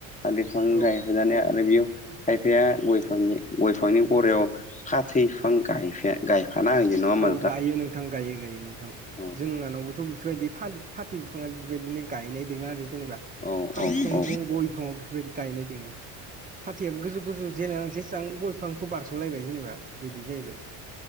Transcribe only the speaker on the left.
थालिरफां
गायफैनानै आरो बेयाव खायफाया गयफांनि गय बिफांनि गयाव फा फै बिफां ग गायफाना होयो नङा होमबा
औ
औ
औ औ